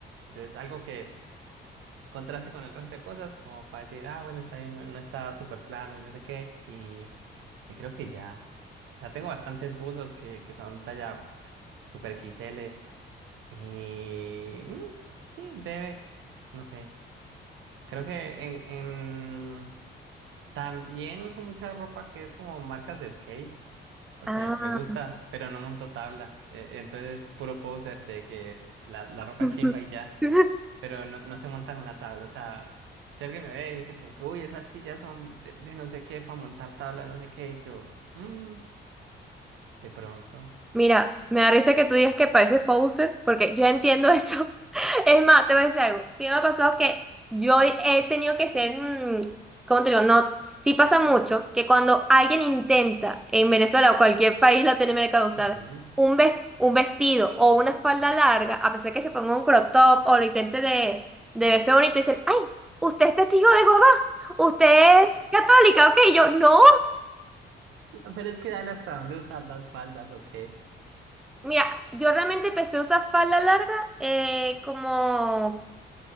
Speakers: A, on the right; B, in the centre.
A: Entonces, algo que contraste con el resto de cosas, como para decir, ah, bueno, está bien, no, no está súper plano y no sé qué. Y, y creo que ya. O sea, tengo bastantes buzos que, que son talla pues, super X L Y mm, sí, breve, no sé. Creo que en, en también uso mucha ropa que es como marcas de skate, porque
B: Ah.
A: me gusta, pero no monto tabla. Eh, entonces, puro poser de que la, la ropa
B: <laughs>
A: chimba y ya, pero no, no se monta en una tabla. O sea, si alguien me ve y me dice como que, uy, esas tillas son de, de no sé qué para montar tabla, no sé qué, y yo, "Mm, de pronto.
B: Mira, me da risa que tú digas que pareces poser, porque yo entiendo eso. <laughs> Es más, te voy a decir algo. Sí me ha pasado que yo he tenido que ser, mm, ¿cómo te digo? No, sí pasa mucho que cuando alguien intenta en Venezuela o cualquier país latinoamericano usar
A: ujú".
B: un ves- un vestido o una falda larga, a pesar que se ponga un crop top o lo intente de, de verse bonito, dicen, ay, usted es testigo de Jehová, usted es católica, ok, yo no.
A: Pero es que dale hasta dónde usar las faldas o qué.
B: Mira, yo realmente empecé a usar falda larga eh, como